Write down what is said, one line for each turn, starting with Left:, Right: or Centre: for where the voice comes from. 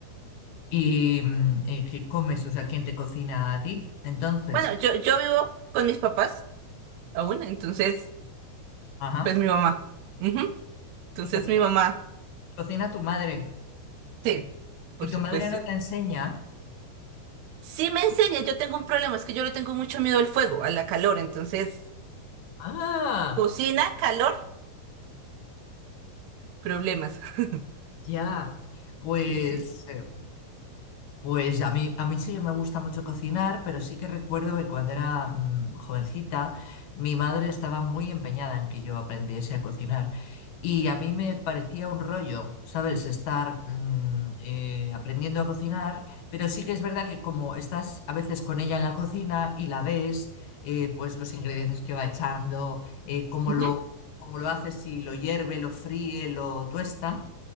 Left: ¿Y mm, eh, qué comes? O sea, ¿quién te cocina a ti? Entonces,
Right: Bueno, yo, yo vivo con mis papás aún, entonces,
Left: ajá.
Right: pues mi mamá. Ujú, Entonces
Left: Y cocina,
Right: mi mamá,
Left: cocina tu madre.
Right: sí, por
Left: ¿Y tu
Right: supuesto.
Left: madre no te enseña?
Right: Sí me enseña, yo tengo un problema, es que yo le tengo mucho miedo al fuego, a la calor, entonces,
Left: Ah,
Right: cocina, calor. problemas. <laughs>
Left: ya. Pues
Right: Y sí.
Left: eh, Pues a mí, a mí sí que me gusta mucho cocinar, pero sí que recuerdo que cuando era mm, jovencita, mi madre estaba muy empeñada en que yo aprendiese a cocinar. Y a mí me parecía un rollo, ¿sabes? Estar mm, eh, aprendiendo a cocinar, pero sí que es verdad que como estás a veces con ella en la cocina y la ves, eh, pues los ingredientes que va echando, eh, cómo
Right: Ujú.
Left: lo, cómo lo hace, si lo hierve, lo fríe, lo tuesta.